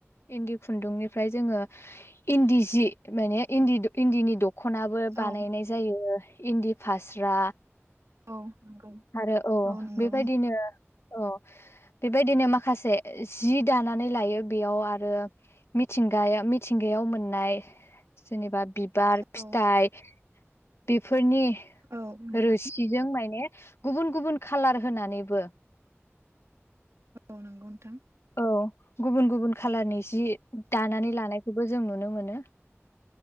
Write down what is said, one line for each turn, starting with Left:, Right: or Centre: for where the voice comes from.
Left: इन्दि खुन्दुंनिफ्राय जोंङो इन्दि जि माने इन्दि इन्दिनि दख'नाबो बानायनाय
Right: औ
Left: जायो। इन्दि फास्रा
Right: औ नंगौ
Left: आरो अ
Right: औ नंगौ
Left: बेबायदिनो अ बेबायदिनो माखासे जि दानानै लायो बेयाव आरो मिथिंगाया मिथ थिंगायाव मोननाय जेनेबा बिबार
Right: नोंथां
Left: फिथाइ बेफोर फोरनि
Right: औ नोंथां
Left: रोसिजों माइने गुबुन गुबुन कालार होनानैबो
Right: औ नंगौ नोंथां
Left: औ गुबुन गुबुन खाालारनि जि दानानै लानायखौबो जों नुनो मोनो।